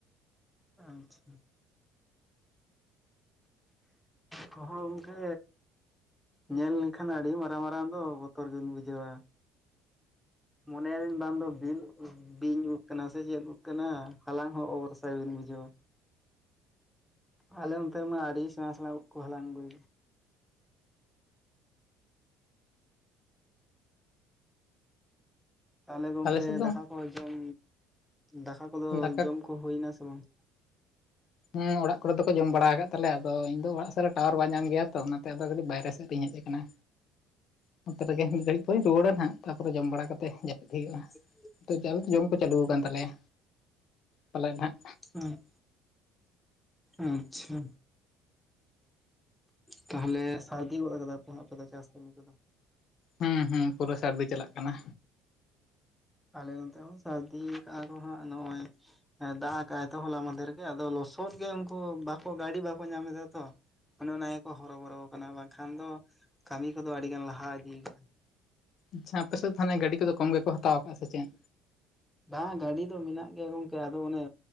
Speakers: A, in the centre; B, on the left.
A: ᱟᱪᱪᱷᱟ ᱛᱚᱦᱚ ᱜᱚᱝᱠᱮ ᱧᱮᱞ ᱞᱮᱠᱷᱟᱱ ᱟᱹᱰᱤ ᱢᱟᱨᱟᱝ ᱢᱟᱨᱟᱝ ᱫᱚ ᱵᱚᱛᱚᱨ ᱜᱤ ᱵᱮᱱ ᱵᱩᱡᱷᱟᱹᱣᱟ᱾ ᱢᱚᱱᱮᱭᱟ <unintelligible> ᱫᱤᱱ ᱵᱟᱝ ᱫᱚ ᱵᱤᱱ ᱵᱤᱧ ᱩᱫ ᱟᱠᱟᱱᱟ ᱥᱮ ᱪᱮᱫ ᱩᱫ ᱟᱠᱟᱱᱟ ᱦᱟᱞᱟᱝ ᱦᱚᱸ ᱚᱵᱚᱨᱥᱟᱭ ᱵᱤᱧ ᱵᱩᱡᱷᱟᱹᱣᱟ᱾ ᱟᱞᱮ ᱚᱱᱛᱮᱢᱟ ᱟᱹᱰᱤ ᱥᱮᱬᱟ ᱥᱮᱬᱟ ᱩᱫ ᱠᱚ ᱦᱟᱞᱟᱝ ᱟᱜᱩᱭ᱾ ᱛᱟᱦᱚᱞᱮ ᱜᱚᱢᱠᱮ
B: ᱟᱞᱮ ᱥᱮᱫ ᱫᱚ
A: ᱫᱟᱠᱟ ᱠᱚ ᱡᱚᱢ ᱫᱟᱠᱟ ᱠᱚᱫᱚ
B: ᱫᱟᱠᱟ
A: ᱡᱚᱢ ᱠᱚ ᱦᱩᱭᱱᱟ ᱥᱮ ᱵᱟᱝ?
B: ᱦᱮᱸ ᱚᱲᱟᱜ ᱠᱚᱨᱮ ᱫᱚᱠᱚ ᱡᱚᱢ ᱵᱟᱲᱟ ᱟᱠᱟᱫ ᱛᱟᱞᱮᱭᱟ ᱟᱫᱚ ᱤᱧ ᱫᱚ ᱚᱲᱟᱜ ᱥᱮᱫ ᱨᱮ ᱴᱟᱣᱟᱨ ᱵᱟᱭ ᱧᱟᱢ ᱜᱮᱭᱟ ᱛᱚ ᱚᱱᱟᱛᱮ ᱟᱫᱚ ᱠᱟᱹᱴᱤᱡ ᱵᱟᱭᱨᱮ ᱥᱮᱫ ᱨᱤᱧ ᱦᱮᱡ ᱟᱠᱟᱱᱟ᱾ ᱚᱱᱚᱛᱮ ᱨᱮᱜᱮ ᱢᱤᱫ ᱜᱷᱟᱹᱲᱤᱡ ᱠᱚᱧ ᱨᱩᱣᱟᱹᱲᱟᱹ ᱛᱟᱯᱚᱨᱮ ᱡᱚᱢ ᱵᱟᱲᱟ ᱠᱟᱛᱮ ᱡᱟᱹᱯᱤᱫ ᱦᱩᱭᱩᱜᱼᱟ᱾
A: <unintelligible>
B: ᱟᱞᱮ ᱫᱚ ᱡᱚᱢ ᱠᱚ ᱪᱟᱹᱞᱩ ᱠᱟᱱᱟᱱ ᱛᱟᱞᱮᱭᱟ ᱯᱟᱞᱮᱫ ᱱᱟᱦᱜ᱾
A: ᱦᱮᱸ ᱟᱪᱪᱷᱟ ᱛᱟᱦᱚᱞᱮ ᱥᱟᱨᱫᱤ ᱜᱚᱫ ᱠᱟᱫᱟᱯᱮ ᱪᱟᱥ ᱠᱟᱹᱢᱤ ᱠᱚᱫᱚ᱾
B: ᱦᱩᱸ ᱦᱩᱸ ᱯᱩᱨᱟᱹ ᱥᱟᱹᱨᱫᱤ ᱪᱟᱞᱟᱜ ᱠᱟᱱᱟ᱾
A: ᱟᱞᱮ ᱱᱚᱛᱮ ᱦᱚᱸ ᱥᱟᱹᱨᱫᱤ ᱠᱟᱜ ᱠᱚ ᱦᱟᱸᱜ ᱱᱚᱭᱼᱚᱭ ᱾ ᱦᱮᱸ ᱫᱟᱜ ᱠᱟᱜᱟᱭ ᱛᱚ ᱦᱚᱞᱟ ᱢᱚᱫᱽᱫᱷᱮ ᱨᱮᱜᱮ ᱟᱫᱚ ᱞᱚᱥᱚᱫ ᱜᱮ ᱩᱱᱠᱩ ᱵᱟᱠᱚ ᱜᱟᱹᱰᱤ ᱵᱟᱠᱚ ᱧᱟᱢ ᱮᱟ ᱛᱚ᱾ ᱚᱱᱮ ᱚᱱᱟ ᱜᱮᱠᱚ ᱦᱚᱨᱚ ᱵᱚᱨᱚ ᱠᱟᱱᱟ ᱵᱟᱝᱠᱷᱟᱱ ᱫᱚ ᱠᱟᱹᱢᱤ ᱠᱚᱫᱚ ᱟᱹᱰᱤ ᱜᱟᱱ ᱞᱟᱦᱟ ᱤᱫᱤᱭᱫᱟ᱾
B: ᱟᱪᱪᱷᱟ ᱟᱯᱮᱥᱮᱫ ᱛᱟᱦᱮᱞᱮ ᱜᱟᱹᱰᱤ ᱠᱚᱫᱚ ᱠᱚᱢ ᱜᱮᱠᱚ ᱦᱟᱛᱟᱣ ᱟᱠᱟᱫ ᱥᱮ ᱪᱮᱫ?
A: ᱵᱟᱝ ᱜᱟᱹᱰᱤ ᱫᱚ ᱢᱮᱱᱟᱜ ᱜᱮᱭᱟ ᱜᱚᱝᱠᱮ ᱟᱫᱚ ᱚᱱᱮ᱾